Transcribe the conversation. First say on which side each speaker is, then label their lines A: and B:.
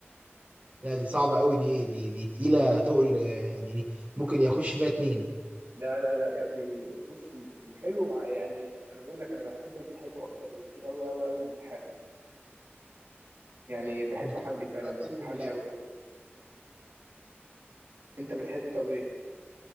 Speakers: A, on the right; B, on the right.
A: لا دي صعبة قوي دي دي دي تقيلة تقل آه، يعني دي ممكن يخش فيها اتنين
B: لا لا لا يا ابني بص ال- الحلو مع يعني انا بقول لك انا بهتم بالحلو اكتر بكتير قوي قوي قوي من الحادق يعني بحب
A: بت-
B: حلي فعلا بحب
A: أنا من
B: حلي
A: بلاوي
B: قوي قوي انت بتحب طب ايه